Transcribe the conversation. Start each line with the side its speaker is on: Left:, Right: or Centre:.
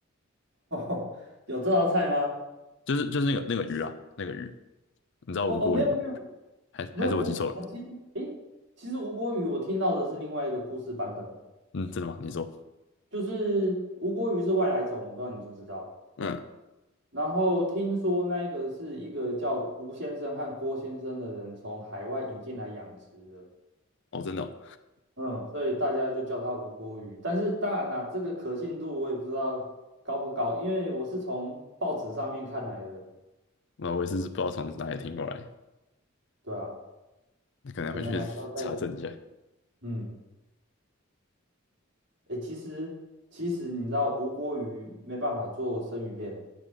Right: 嗯 <laughs> 有这道菜吗？
Left: 就是就是那个那个鱼啊，那个鱼，你知道无国鱼吗？
Right: 哦哦，没有没有
Left: 还还是我记错了？
Right: 没有吴啊，其实诶，其实吴郭鱼我听到的是另外一个故事版本，
Left: 嗯，真的吗？你说，
Right: 就是吴郭鱼是外来种，我不知道你知不知道。
Left: 嗯，
Right: 然后听说那一个是一个叫吴先生和郭先生的人从海外引进来养殖的，
Left: 哦，真的哦，
Right: 嗯，所以大家就叫它吴郭鱼。但是当然啦，这个可信度我也不知道高不高，因为我是从报纸上面看来的，
Left: 那我也是不知道从哪里听过来，
Right: 对啊，
Left: 可能回去查证一下。
Right: 可能还是要再嗯，诶，其实其实你知道吴郭鱼没办法做生鱼片，